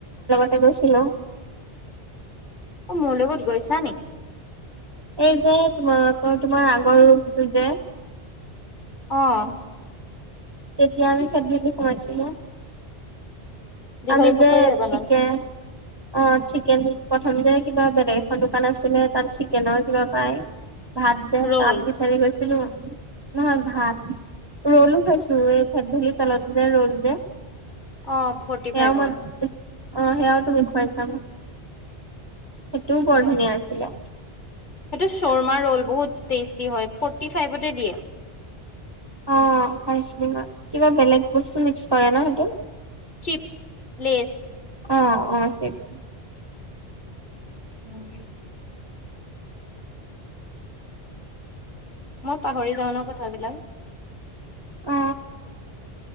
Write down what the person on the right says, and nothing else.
এ বৈছিলো
এই যে তোমালোকৰ তোমাৰ আগৰ ৰোগটো যে
তেতিয়া আমি কেললৈ পহচিলো
আমি
যে
শিকে অ চিকেন প্ৰথম যে কিবা বেলেগ এৰ দোকান আছিলে তাত চিকেনৰ কিবা পায় ভাত যায়
ত আমি বিচাৰি গৈছো নহয় ভাত ৰ'লো খাইছো এই থেদ ভেলি তলত যে ৰল যে
সেয়াও
মই অ সেয়াও তুমি খুৱাইছা সেইটোও
বৰ ধুনীয়া আছিলে
অ খাইছিল কিবা বেলেগ বস্তু মিক্স কৰে ন সেইটো
অ অ চিপচ
অ